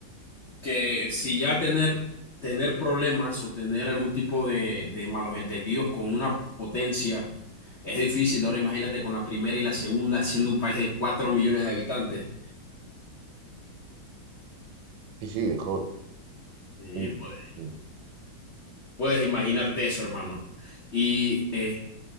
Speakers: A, on the left; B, on the right.
A: que si ya tener, tener problemas o tener algún tipo de, de malos entendidos con una potencia es difícil, ahora imagínate con la primera y la segunda siendo un país de cuatro millones de habitantes.
B: Sí, sí, de jodo.
A: Sí,
B: Sí,
A: puedes,
B: sí.
A: puedes imaginarte eso, hermano. Y eh,